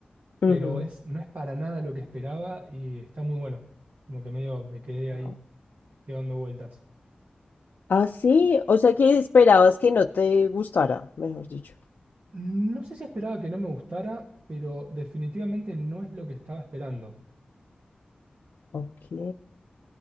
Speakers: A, on the left; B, on the right.
A: Ujú.
B: pero es, no es para nada lo que esperaba y está muy bueno. Como que medio me quedé ahí,
A: Au.
B: quedando vueltas.
A: Ah, sí, o sea que esperabas que no te gustara, mejor dicho.
B: No sé si esperaba que no me gustara, pero definitivamente no es lo que estaba esperando.
A: Ok.